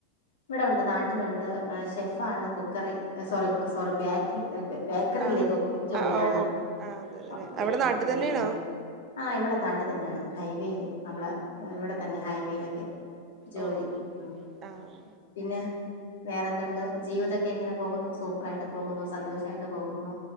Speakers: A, on the left; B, on the right.
A: ഇവിടെ ഉണ്ട്. നാട്ടിലുണ്ട്. ഷെഫ് ആണ്. കുക്കറി... സോറി സോറി, ബേക്... ക്കറില്ലേ
B: ആഹ്
A: കുക്കിംഗ് ജോലിയാണ്.
B: ആഹ് ഓ ആഹ് അതെ അതെ
A: ഓകെ.
B: അവിടെ നാട്ടിൽ
A: ഉം ഉം...
B: തന്നെയാണോ
A: ആഹ് ഇവിടെ നാട്ടിൽ തന്നെയാണ്. ഹൈവേൽ നമ്മള ഇവിടെ തന്നെ ഹൈവേയിലൊക്കെ... ജോലി.
B: ഓ
A: ഉം.
B: ആഹ്
A: പിന്നെ? വേറെന്തുണ്ട്? ജീവിതൊക്കെ എങ്ങനെ പോകുന്നു? സൂപ്പർായിട്ട് പോകുന്നോ? സന്തോഷായിട്ട് പോകുന്നോ?